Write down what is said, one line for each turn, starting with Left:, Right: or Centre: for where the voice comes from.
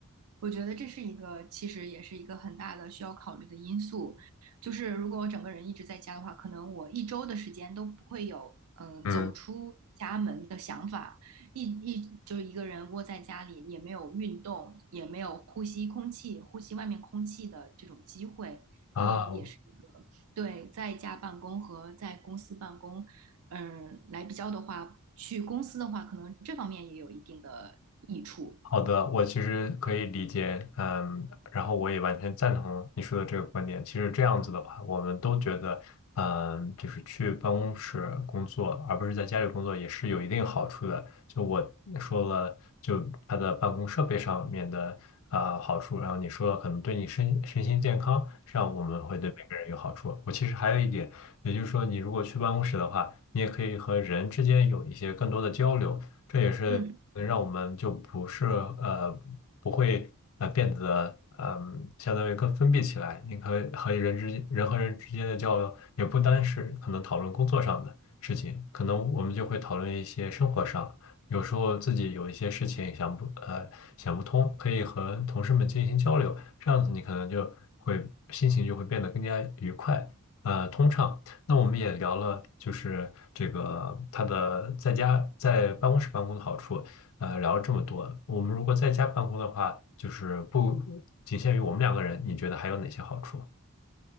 Right: 我觉得这是一个，其实也是一个很大的需要考虑的因素。就是如果我整个人一直在家的话，可能我一周的时间都不会有嗯、呃走出家门的想法。
Left: 嗯。
Right: 一一就是一个人窝在家里，也没有运动，也没有呼吸空气、呼吸外面空气的这种机会，可能也是一个对在家办公和在公司办公，
Left: 啊，
Right: 嗯、呃来比较的话，去公司的话，可能这方面也有一定的益处。
Left: 好的，我其实可以理解，嗯，然后我也完全赞同你说的这个观点。其实这样子的话，我们都觉得，嗯，就是去办公室工作，而不是在家里工作，也是有一定好处的。就我说了，就他的办公设备上面的啊、好处，然后你说了可能对你身身心健康上我们会对每个人有好处。我其实还有一点，也就是说，你如果去办公室的话，你也可以和人之间有一些更多的交流。这也是能让我们就不是呃不会呃变得嗯、
Right: 嗯
Left: 相当于更封闭起来。你可以和人之间人和人之间的交流，也不单是可能讨论工作上的事情，可能我们就会讨论一些生活上，有时候自己有一些事情想不呃想不通，可以和同事们进行交流，这样子你可能就会心情就会变得更加愉快，呃通畅。那我们也聊了，就是这个他的在家在办公室办公的好处，呃，聊了这么多。我们如果在家办公的话，就是不仅限于我们两个人，你觉得还有哪些好处？